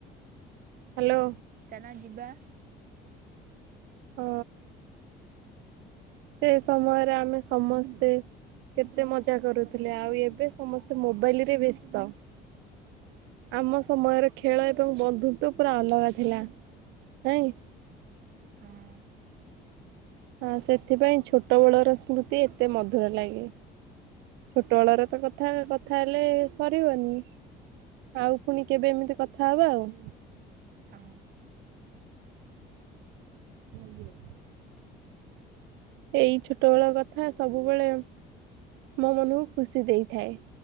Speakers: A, on the right (about 85°); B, on the right (about 55°).
A: ହାଲୋ।
B: ଚାନା ଯିବା।
A: ହ। ସେ ସମୟରେ ଆମେ ସମସ୍ତେ କେତେ ମଜା କରୁଥିଲେ ଆଉ ଏବେ ସମସ୍ତେ ମୋବାଇଲ ରେ ବ୍ୟସ୍ତ। ଆମ ସମୟର ଖେଳ ଏବଂ ବନ୍ଧୁତ୍ବ ପୁରା ଅଲଗା ଥିଲା। ନାଇଁ?
B: ହଁ।
A: ହଁ ସେଥିପାଇଁ ଛୋଟ ବେଳର ସ୍ମୃତି ଏତେ ମଧୁର ଲାଗେ। ଛୋଟବେଳରେ ତ କଥା କଥା ହେଲେ ସରିବନି। ଆଉ ପୁଣି କେବେ ଏମିତି କଥା ହବା ଆଉ।
B: ହଁ
A: <inaudible> ଏଇ ଛୋଟ ବେଳ କଥା ସବୁବେଳେ ମୋ ମନକୁ ଖୁସି ଦେଇଥାଏ।